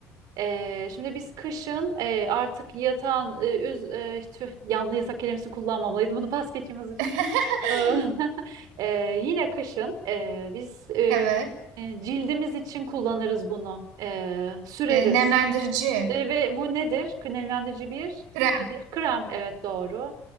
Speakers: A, on the right; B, on the right.
A: Eee, şimdi biz kışın eee, artık yatan eee, üz eee, tüh, yanlı yatak kelimesini kullanmamalıydım. Bunu pas geçeyim hızlıca.
B: <laughs>
A: Eee, <laughs> yine kışın eee, biz eee,
B: Evet.
A: cildimiz için kullanırız bunu. Eee, süreriz.
B: E, nemlendirici.
A: Eee, ve bu nedir? Kremlendirici bir
B: Krem.
A: nedir? Krem. Evet doğru.